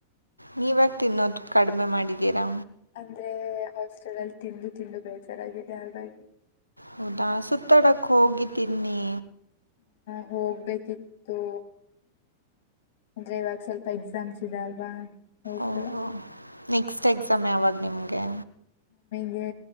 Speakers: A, on the right; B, on the left.
A: ನೀವ್ಯಾಕ್ ತಿನ್ನೋದ್ ಕಡ್ಮೆ ಮಾಡಿದ್ದೀರಾ?
B: ಅಂದ್ರೇ ಹಾಸ್ಟೆಲ್ ಅಲ್ ತಿಂದು ತಿಂದು ಬೇಜಾರಾಗಿದೆ ಹಾಗಾಗಿ
A: ಹೌದಾ, ಸುತ್ತಾಡಕ್ ಹೋಗಿ ತಿನ್ನಿ.
B: ಹ್ಮು ಹೋಗ್ಬೇಕಿತ್ತು ಅಂದ್ರೆ ಇವಾಗ್ ಸ್ವಲ್ಪ ಎಕ್ಸಾಮ್ಸ್ ಇದೆ ಅಲ್ವಾ? ಹೋಗಿಲ್ಲ
A: ಓಹೋ ನೆಕ್ಸ್ಟ್ ಎಕ್ಸಾಮ್ ಯಾವಾಗ್ ನಿಮ್ಗೆ?
B: ಏ